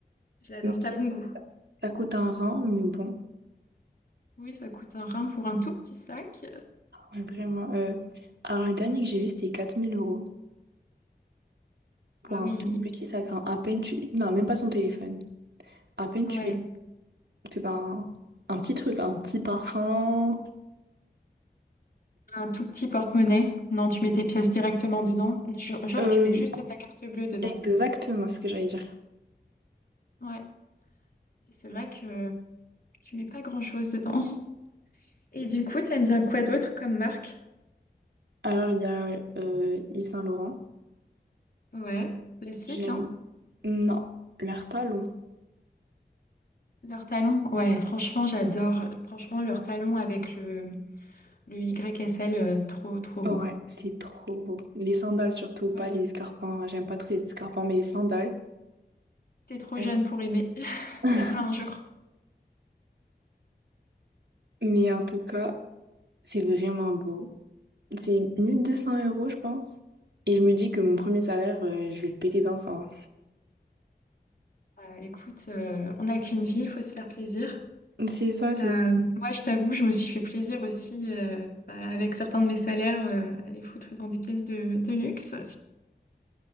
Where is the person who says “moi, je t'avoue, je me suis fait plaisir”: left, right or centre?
Left